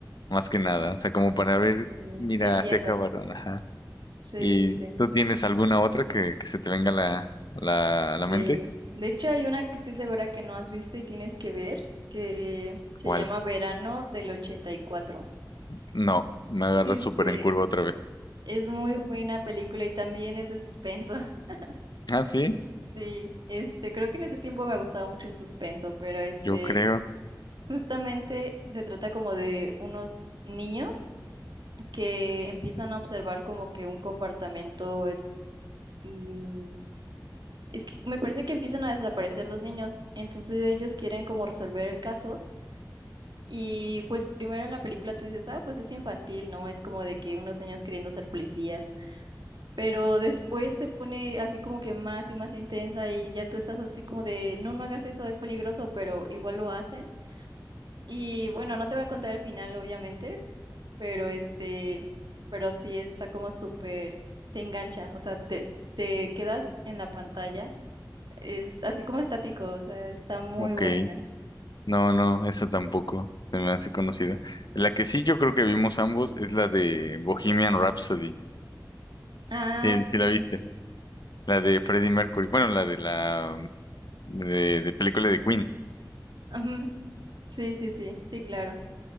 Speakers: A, on the left (about 65°); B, on the right (about 80°).
A: más que nada, o sea, como para ver,
B: Mm, mm,
A: mira,
B: Entiendo.
A: así acabaron, ajá.
B: Sí,
A: ¿Y
B: sí, sí.
A: tú tienes alguna otra que, que se te venga a la, a la, a la
B: Sí.
A: mente?
B: De hecho, hay una que estoy segura que no has visto y tienes que ver, que se
A: ¿Cuál?
B: llama Verano del ochenta y cuatro.
A: No, me agarras
B: Este,
A: súper en curva otra vez.
B: es muy buena película y también es de suspenso. <laughs>
A: Ah, sí,
B: Sí, este, creo que en ese tiempo me gustaba mucho el suspenso, pero este,
A: yo creo,
B: justamente se trata como de unos niños que empiezan a observar como que un comportamiento mm, es que me parece que empiezan a desaparecer los niños, entonces ellos quieren como resolver el caso y pues primero en la película tú dices, ah, pues es infantil, ¿no? Es como de que unos niños queriendo ser policías, pero después se pone así como que más y más intensa y ya tú estás así como de, no, no hagas eso, es peligroso, pero igual lo hacen. Y bueno, no te voy a contar el final, obviamente, pero este, pero sí está como súper, te engancha, o sea, te, te quedas en la pantalla es así como estático, o sea, está muy
A: ok.
B: buena.
A: No, no, esa tampoco se me hace conocida. La que sí yo creo que vimos ambos es la de Bohemian Rhapsody.
B: Ah,
A: Sí,
B: sí.
A: sí la viste. La de Freddie Mercury. Bueno, la de la de, de película de Queen.
B: Ujú. Sí, sí, sí, sí, claro.